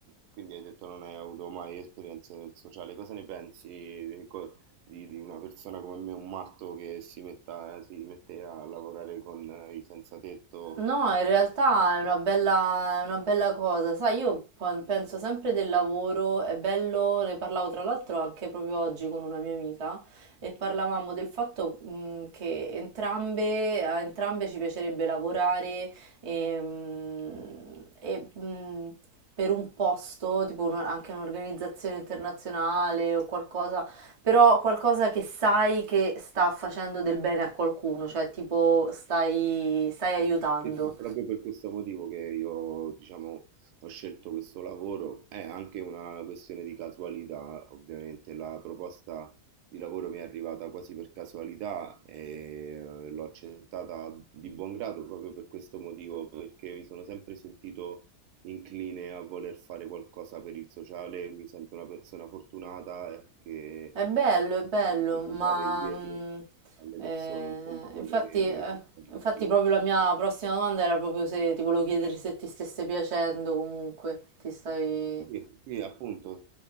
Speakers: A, on the right; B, on the right.
A: quindi hai detto non hai avuto mai esperienze nel sociale. Cosa ne pensi di, co- di- di una persona come me, un matto che si metta, eh, si mette a lavorare con eh, i senza tetto?
B: No, in realtà è una bella, è una bella cosa. Sai, io quan- penso sempre del lavoro, è bello, ne parlavo tra l'altro anche proprio oggi con una mia amica e parlavamo del fatto, mh, che entrambe, a entrambe ci piacerebbe lavorare e, mh, e, mh, per un posto, tipo un- anche un'organizzazione internazionale o qualcosa però qualcosa che sai che sta facendo del bene a qualcuno, cioè tipo stai, stai aiutando.
A: Sì, sì, È proprio per questo motivo che io, diciamo, ho scelto questo lavoro. È anche una questione di casualità, ovviamente. La proposta di lavoro mi è arrivata quasi per casualità e eh, l'ho accettata di buon grado proprio per questo motivo, perché mi sono sempre sentito incline a voler fare qualcosa per il sociale. Mi sento una persona fortunata eh, che
B: È bello, è bello,
A: eh, deve
B: ma
A: dare indietro
B: mm,
A: alle
B: eh,
A: persone, insomma, quello
B: infatti,
A: che
B: eh,
A: che ho vissuto.
B: infatti proprio la mia prossima domanda era proprio se ti volevo chiedere se ti stesse piacendo comunque, ti stai...
A: Sì, sì, appunto,